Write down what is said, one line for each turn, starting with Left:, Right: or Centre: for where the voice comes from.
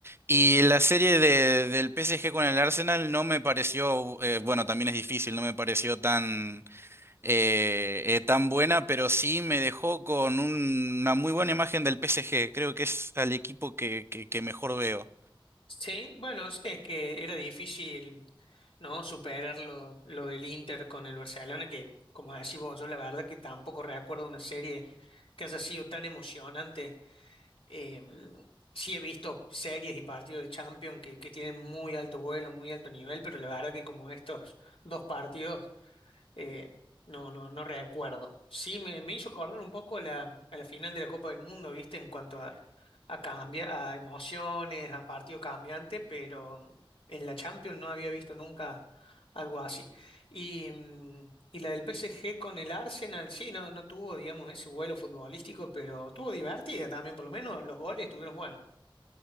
Right: Y la serie de, del PSG con el Arsenal no me pareció, eh, bueno, también es difícil, no me pareció tan eh, eh, tan buena, pero sí me dejó con un- una muy buena imagen del PSG. Creo que es al equipo que, que, que mejor veo.
Left: Sí, bueno, es es que era difícil, ¿no? Superar lo, lo del Inter con el Barcelona, que como decís vos, yo la verdad que tampoco recuerdo una serie que haya sido tan emocionante. Eh, sí he visto series y partidos de Champions que, que tienen muy alto vuelo, muy alto nivel, pero la verdad que como estos dos partidos Eh, no, no, no recuerdo. Sí, me, me hizo acordar un poco a la, a la final de la Copa del Mundo, ¿viste? En cuanto a, a, cambia, a emociones, a partido cambiante, pero mm, en la Champions no había visto nunca algo así. Y, mm, y la del PSG con el Arsenal, sí, no, no tuvo, digamos, ese vuelo futbolístico, pero tuvo divertida también, por lo menos los goles estuvieron buenos.